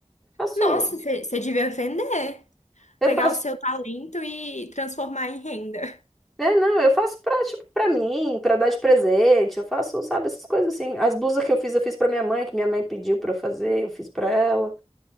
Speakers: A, in the centre; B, on the left (about 85°).
A: Faço...
B: Nossa, você você devia vender.
A: Eu
B: Pegar
A: faço
B: o seu talento e transformar em renda.
A: É, não, eu faço pra, tipo, pra mim, pra dar de presente, eu faço, sabe, essas coisas assim. As blusas que eu fiz, eu fiz pra minha mãe, que minha mãe pediu pra eu fazer, eu fiz pra ela.